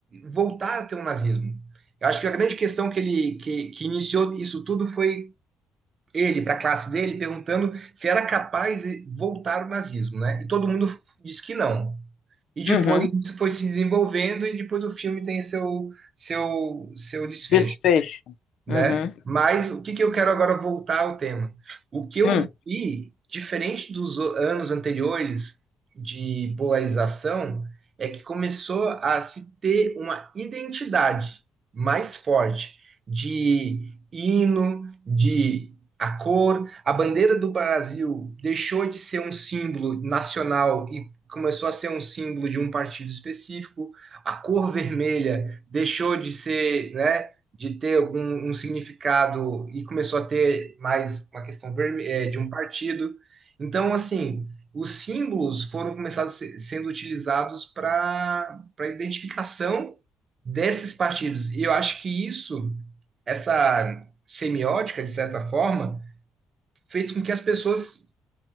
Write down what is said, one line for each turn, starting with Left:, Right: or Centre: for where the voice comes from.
Right: voltar a ter o nazismo. Eu acho que a grande questão que ele que, que iniciou isso tudo foi ele para a classe dele perguntando se era capaz de voltar o nazismo, né? E todo mundo disse que não. E depois
Left: Uhum.
Right: isso foi se desenvolvendo e depois o filme tem seu seu seu desfecho.
Left: Desfecho.
Right: né?
Left: Uhum.
Right: Mas o que que eu quero agora voltar ao tema? O que eu
Left: Hum.
Right: vi, diferente dos o- anos anteriores de polarização, é que começou a se ter uma identidade mais forte de hino, de a cor, a bandeira do Brasil deixou de ser um símbolo nacional e começou a ser um símbolo de um partido específico, a cor vermelha deixou de ser, né? de ter algum um significado e começou a ter mais uma questão verme- eh, de um partido. Então, assim, os símbolos foram começados se- sendo utilizados para para identificação desses partidos. E eu acho que isso, essa semiótica, de certa forma, fez com que as pessoas